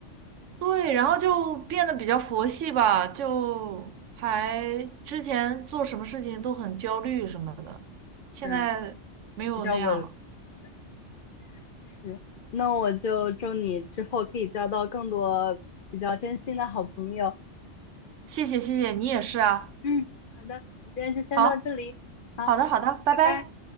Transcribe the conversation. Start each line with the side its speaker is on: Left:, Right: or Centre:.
Right: 对，然后就变得比较佛系吧，就还之前做什么事情都很焦虑什么的，现在没有那样了。
Left: 对，比较稳。对，是。那我就祝你之后可以交到更多比较真心的好朋友。
Right: 谢谢谢谢，你也是啊。
Left: 嗯，好的，今天就先到这里，
Right: 好，
Left: 好，
Right: 好的好的，拜拜。
Left: 拜拜。